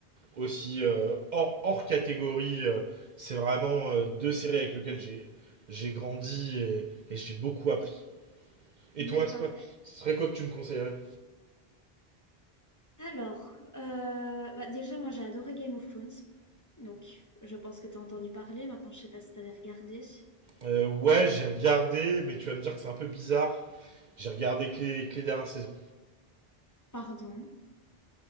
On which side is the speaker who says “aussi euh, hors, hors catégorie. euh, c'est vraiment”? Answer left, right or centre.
Right